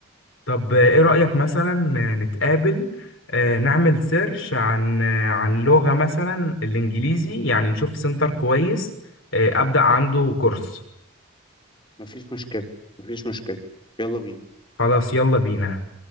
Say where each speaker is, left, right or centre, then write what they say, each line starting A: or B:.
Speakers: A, on the left; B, on the left.
A: طب ايه رأيك مثلا نتقابل آه، نعمل سيرش عن آه، عن لغة مثلا الانجليزي يعني نشوف سنتر كويس آه، أبدأ عنده كورس
B: مفيش مشكلة مفيش مشكلة يلا بينا
A: خلاص يلا بينا